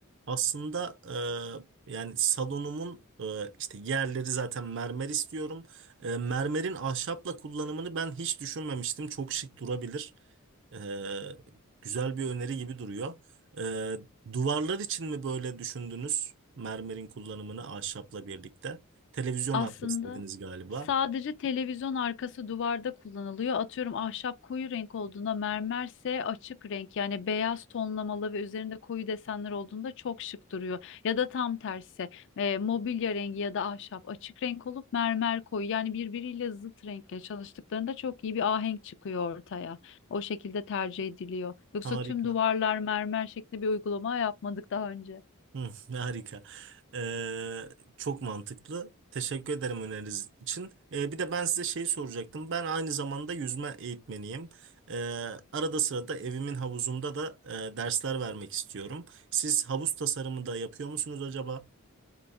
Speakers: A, on the right (about 60°); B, on the left (about 60°).
A: Aslında e, yani salonumun e, işte yerleri zaten mermer istiyorum. E, mermerin ahşapla kullanımını ben hiç düşünmemiştim. Çok şık durabilir. E, güzel bir öneri gibi duruyor. E, duvarlar için mi böyle düşündünüz? Mermerin kullanımını ahşapla birlikte. Televizyon
B: Aslında
A: arkası dediniz galiba.
B: sadece televizyon arkası duvarda kullanılıyor. Atıyorum ahşap koyu renk olduğunda mermerse açık renk yani beyaz tonlamalı ve üzerinde koyu desenler olduğunda çok şık duruyor. Ya da tam tersi e, mobilya rengi ya da ahşap açık renk olup mermer koyu yani birbiriyle zıt renkle çalıştıklarında çok iyi bir ahenk çıkıyor ortaya. O şekilde tercih ediliyor. Yoksa
A: Harika.
B: tüm duvarlar mermer şeklinde bir uygulama yapmadık daha önce.
A: Hı, ne harika. Ee, çok mantıklı. Teşekkür ederim öneriniz için. Ee, bir de ben size şey soracaktım. Ben aynı zamanda yüzme eğitmeniyim. Ee, arada sırada evimin havuzunda da e, dersler vermek istiyorum. Siz havuz tasarımı da yapıyor musunuz acaba?